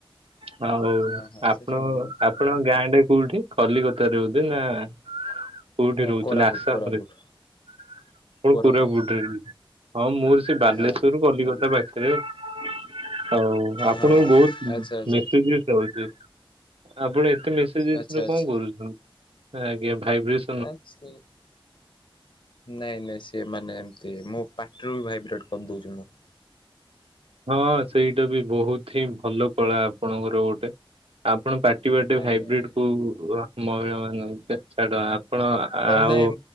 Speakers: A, on the right; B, on the left.
A: ହୋଉ
B: ହଁ ହଁ
A: ଆପଣ
B: ସେ ସନ୍ଦେହ ଅଛି।
A: ଆପଣ ଗାଁଟା କୋଉଠି କଲିକତାରେ ବୋଧେ ନା? କୋଉଠି
B: ନାଁ
A: ରହୁଚନ୍ତି
B: କୋରାପୁଟ
A: ଆସାମ
B: କୋରାପୁଟ
A: ରେ, କଣ
B: କୋରାପୁଟ।
A: କରିବାକୁ ହଁ ମୋର ସେ ବାଲେଶ୍ଵର
B: ହଁ
A: କଲିକତା
B: ଆଜ୍ଞା।
A: ପାଖରେ। ହୋଉ ଆପଣଙ୍କୁ
B: ହଁ
A: ବୋହୁତ
B: ଆଚ୍ଛା ଆଚ୍ଛା
A: ମିିକ ଆପଣ ଏତେ ମସେଜେସ
B: ଆଚ୍ଛା ଆଚ୍ଛା
A: କଣ କରୁଛନ୍ତି ଆଜ୍ଞା ଭାଇ ବ୍ରେସନ୍
B: ଆ ସେ ନାଇଁ ନାଇଁ ସେମାନେ ଏମତି ମୋ ପାଟିରୁ ବି ଭାଇବ୍ରେଟ୍ କରିଦୋଉଚି ମୁଁ।
A: ହଁ ସେଇଟା ବି ବହୁତ ହିଁ ଭଲ କଳା ଆପଣଙ୍କର ଗୋଟେ ଆପଣ ପାଟି ବାଟେ
B: ଆଜ୍ଞା
A: ହାଇବ୍ରିଡ
B: ଆଜ୍ଞା ଆଜ୍ଞା।
A: କୁ <unintelligible> ଛାଡ଼ ଆପଣ ଆଉ
B: ନାଇଁ